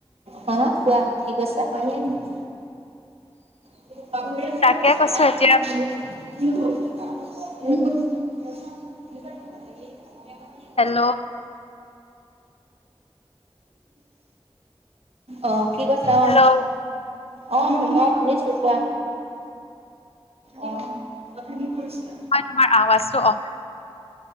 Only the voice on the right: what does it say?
হা কোৱা কি কৈছে <unintelligible>
<unintelligible>
<unintelligible>
অ কি কৈছা
অ অ অ শুনিছো কোৱা অ কথা কি কৰিছিলা